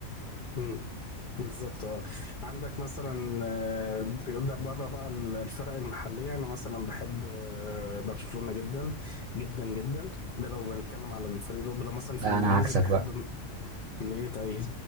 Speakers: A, on the left (about 55°); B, on the right (about 70°).
A: مم. بالظبط اه عندك مثلا آه، ده بره بقى ال- الفرق المحليه انا مثلا بحب آه، برشلونه جدا جدا جدا ده لو بنتكلم على الفريق الاوروبي لو مثلا في
B: لا
A: الانجليزي
B: انا عكسك
A: بحب
B: بقى
A: ليه طيب